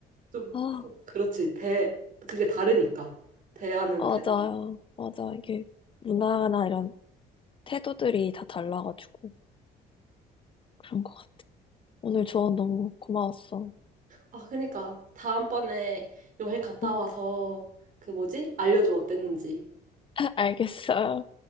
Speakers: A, on the right; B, on the left.
A: 좀
B: 아,
A: 그렇지 대 그게 다르니까 대하는
B: 맞아요.
A: 태도가
B: 맞아. 이게 문화나 이런 태도들이 다 달라가지고 그런 것 같아. 오늘 조언 너무 고마웠어.
A: 아 그러니까 다음번에 여행 갔다
B: 응,
A: 와서 그 뭐지 알려줘 어땠는지
B: <laughs> 알겠어.